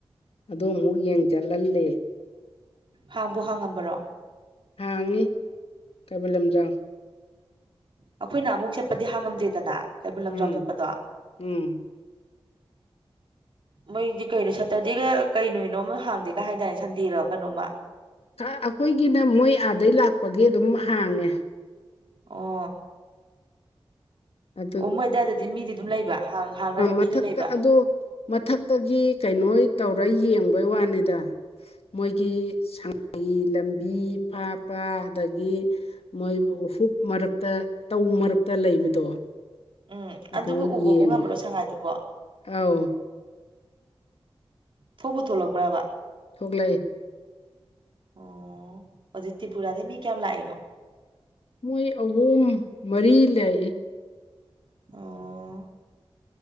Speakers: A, on the left; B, on the right.
A: ꯑꯗꯣ ꯑꯃꯨꯛ ꯌꯦꯡ ꯆꯠꯍꯜꯂꯦ
B: ꯍꯥꯡꯕ ꯍꯥꯡꯉꯝꯕꯔꯣ
A: ꯍꯥꯡꯉꯤ ꯀꯩꯕꯨꯜ ꯂꯝꯖꯥꯎ
B: ꯑꯩꯈꯣꯏꯅ ꯑꯃꯨꯛ ꯆꯠꯄꯗꯤ ꯍꯥꯡꯉꯝꯗꯦꯗꯅ ꯀꯩꯕꯨꯜ ꯂꯝꯖꯥꯎ
A: ꯎꯝ
B: ꯆꯠꯄꯗꯣ
A: ꯎꯝ
B: ꯃꯣꯏꯗꯤ ꯀꯩꯅꯣ ꯁꯦꯇꯔꯗꯦꯒ ꯀꯩ ꯅꯨꯃꯤꯠꯅꯣꯝꯃ ꯍꯥꯡꯗꯦꯒ ꯍꯥꯏꯗꯥꯏꯅꯦ ꯁꯟꯗꯦꯔꯣ ꯀꯩꯅꯣꯃꯥ
A: ꯑꯩꯈꯣꯏꯒꯤꯅ ꯃꯣꯏ ꯑꯥꯗꯩ ꯂꯥꯛꯄꯒꯤ ꯑꯗꯨꯝ ꯍꯥꯡꯉꯦ
B: ꯑꯣ
A: ꯑꯗꯨ
B: ꯑꯣ ꯃꯣꯏꯗꯥꯏꯗꯗꯤ ꯃꯤꯗꯤ ꯑꯗꯨꯝ ꯂꯩꯕ ꯍꯥꯡꯅꯕ
A: ꯃꯊꯛꯇ
B: ꯃꯤꯗꯨꯣ ꯂꯩꯕ
A: ꯑꯗꯣ ꯃꯊꯛꯇꯒꯤ ꯀꯩꯅꯣ ꯇꯧꯔ ꯌꯦꯡꯕꯩ ꯋꯥꯅꯤꯗ ꯃꯣꯏꯒꯤ ꯁꯉꯥꯏꯒꯤ ꯂꯝꯕꯤ ꯐꯥꯇꯄꯥ ꯑꯗꯒꯤ ꯃꯣꯏꯕꯨ ꯍꯨꯞ ꯃꯔꯛꯇ ꯇꯧ ꯃꯔꯛꯇ ꯂꯩꯕꯗꯣ
B: ꯎꯝ
A: ꯑꯗꯨ
B: ꯑꯗꯨꯕꯨ ꯎꯕꯕꯨ
A: ꯌꯦꯡꯕ
B: ꯉꯝꯕ꯭ꯔꯣ ꯁꯉꯥꯏꯗꯨꯕꯣ
A: ꯑꯥꯎ
B: ꯊꯣꯛ ꯄꯨ ꯊꯣꯛꯂꯛꯄ꯭ꯔꯕ
A: ꯊꯣꯛꯣꯛꯂ
B: ꯑꯣ ꯑꯗꯨꯗꯤ ꯇ꯭ꯔꯤꯄꯨꯔꯥꯗꯩꯩ ꯃꯤ ꯀꯌꯥꯝ ꯂꯥꯛꯏꯅꯣ
A: ꯃꯣꯏ ꯑꯍꯨꯝ ꯃꯔꯤ ꯂꯥꯛ ꯏ
B: ꯑꯣ